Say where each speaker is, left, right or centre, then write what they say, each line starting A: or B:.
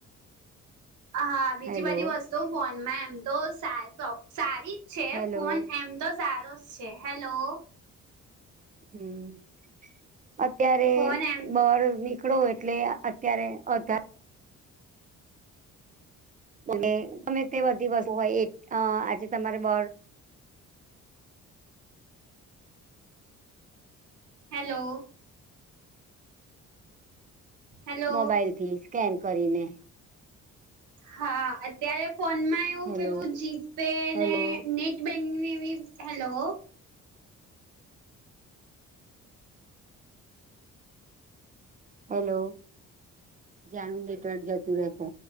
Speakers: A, on the right (about 80°); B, on the right (about 25°).
A: હા બીજી
B: હેલો
A: બધી વસ્તુ ફોનમાં એમ તો સાત સારી જ છે
B: હેલો
A: ફોન એમ તો સારો જ છે હેલો.
B: હમ અત્યારે
A: ફોન એમ
B: બર નિકળો એટલે અત્યારે અ અને તમે તેવા દિવસ હોય એ અ આજે તમારે બ
A: હેલો. હેલો
B: મોબાઈલ થીલી સ્કેન કરીને.
A: હા અત્યારે ફોનમાં એવું
B: હેલો
A: પેલું જીપે
B: હેલો
A: ને નેટ બેન્ક ને એવી હેલો.
B: હેલો જાન નેટવર્ક જતુ રેશે.